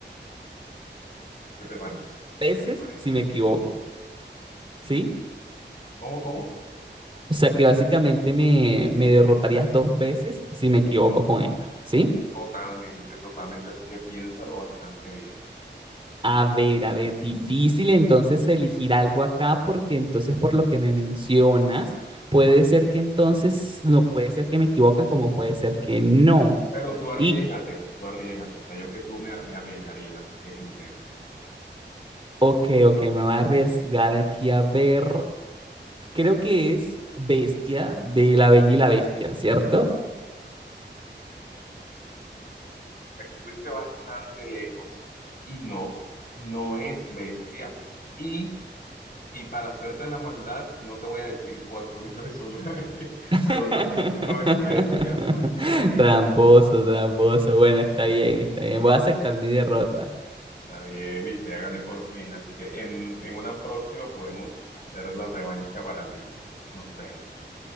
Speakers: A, on the left; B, on the right.
A: ¿Qué te parece?
B: a veces
A: ¿Qué te parece?
B: si me equivoco, ¿sí?
A: ¿Cómo, cómo?
B: O sea que básicamente me, me derrotarías dos veces si me equivoco con esta, ¿sí?
A: Totalmente, totalmente, así que piénsalo bastante bien.
B: A ver, a ver, difícil entonces elegir algo acá porque entonces por lo que me mencionas, puede ser que entonces no puede ser que me equivoque como puede ser que no.
A: Pero tú arriesgate,
B: Y,
A: tú arriesgate, o sea, yo que tú me, me arriesgaría, así que intenta.
B: ok, ok, me voy a arriesgar aquí a ver. creo que es Bestia de La Bella y la Bestia, ¿cierto?
A: estuviste bastante lejos y no, no es bestia. Y, y para hacerte la maldad, no te voy a decir cuál fue mi personaje, <laughs>
B: <laughs>
A: pero no es, no es bestia, no es bestia.
B: Tramposo, tramposo. Bueno, está bien, está bien. Voy a aceptar mi derrota.
A: Está bien, viste, ya gané por fin. Así que en, en una próxima podemos hacer la revancha para ti. Nos vemos.